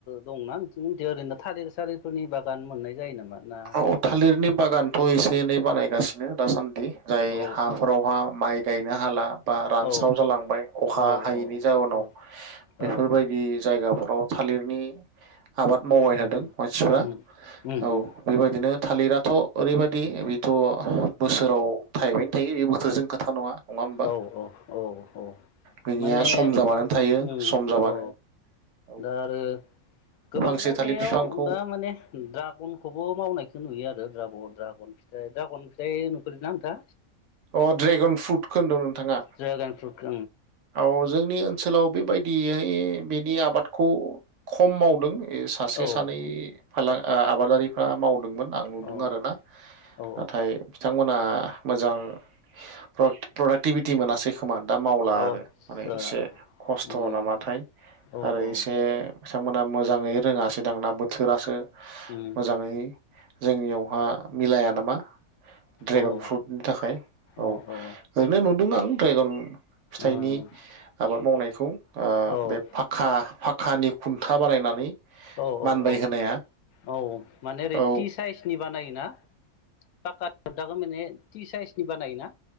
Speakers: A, on the left; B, on the right.
A: दंना नोंसिनिथिं ओरैनो थालिर सालिरफोरनि बागान मोननाय जायो नामा? ना
B: आव थालिरनि बागानथ एसे एनै बानायगास नो दासान्दि जाय
A: औ
B: हाफोराव हा माइ गायनो हाला बा रानस्राव
A: औ
B: जालांबाय अखा
A: औ औ
B: हायैनि जाउनाव
A: औ
B: बेफोरबायदि
A: औ
B: जायगाफोर औ थालिरनि आबाद मावबाय
A: उम
B: थादों मानसिफ्रा
A: उम उम
B: औ
A: उम
B: बेबायदिनो थालिराथ' ओरैबायदि
A: उम
B: बेथ' बोसोराव थाइबायनो थायो बे बोथोरजों खोथा नङा होमबा
A: औ औ औ औ
B: बिनिया
A: माने
B: सम जाबानो थायो
A: उम
B: सम जाबानो
A: औ
B: औ
A: दा आरो गोबां
B: फांसे
A: जायगायाव
B: थालिर बिफांखौ
A: दा माने द्रागनखौबो मावनाय खो नुयो आरो द्राब द्रागन फिथाइ द्रागन फिथाइ नुफेदोना ओंथां
B: अ' ड्रेगन फ्रुटखौ होनदों नोंथाङा?
A: ड्रागन फ्रुट
B: औ जोंनि ओनसोलाव बेबायदिहाय बेनि आबादखौ खम मावदों। ए सासे
A: ओं
B: सानै फाल आबादारि फोरा मावदोंमोन। आं नुदों
A: औ
B: आरोना
A: औ
B: नाथाय बिथांमोना आ मोजां। प्र प्रडाक्टिभिटि मोनासै खोमा दा मावला
A: औ अ
B: आरो
A: आतसा
B: माने एसे खस्थ
A: उम
B: नामाथाय
A: औ
B: आरो
A: औ
B: एसे मोना मोजाङै रोङासै दां ना बोथोरासो
A: उम
B: मोजाङै जोंनियाव हा मिलाया नामा ड्रेगन
A: औ
B: फ्रुटनि थाखाय औ
A: अ अ
B: ओरैनो नु दों आं ड्रायगन‌ फिथाइनि
A: ओं
B: आबाद मावनायखौ आ
A: औ
B: बे फाखा फाखानि खुन्था बानायनानै
A: औ औ
B: मानबाय
A: औ
B: होनाया
A: औ माने ओरै
B: औ
A: ति साइसनि बानायोना पाका खुन्थाखौ माने ति साइसनि बानायोना